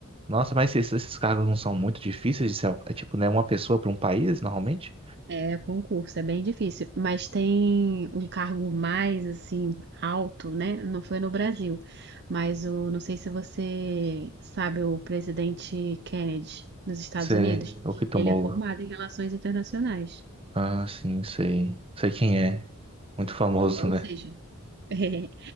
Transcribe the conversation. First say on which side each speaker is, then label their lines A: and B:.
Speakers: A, on the right (about 25°); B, on the right (about 50°).
A: Nossa, mas esses, esses cargos não são muito difíceis de ser, é tipo, né, uma pessoa para um país, normalmente?
B: É, concurso, é bem difícil, mas tem um cargo mais assim alto, né? Não foi no Brasil, mas o, não sei se você sabe, o presidente Kennedy nos Estados
A: Você,
B: Unidos,
A: o que tomou?
B: ele é formado em relações internacionais.
A: Ah, sim, sei. Sei quem é. Muito famoso,
B: Ou
A: né?
B: seja, <laughs>